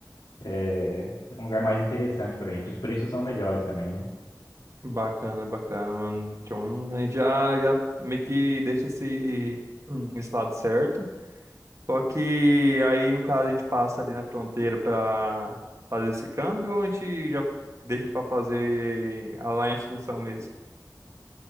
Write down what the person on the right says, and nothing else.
Bacana, bacana, mano. Então, a gente já, já meio que deixa esse, hum, esse lado certo. Só que aí, no caso, a gente passa ali na fronteira pra fazer esse câmbio ou a gente já deixa pra fazer a lá em Assunção mesmo?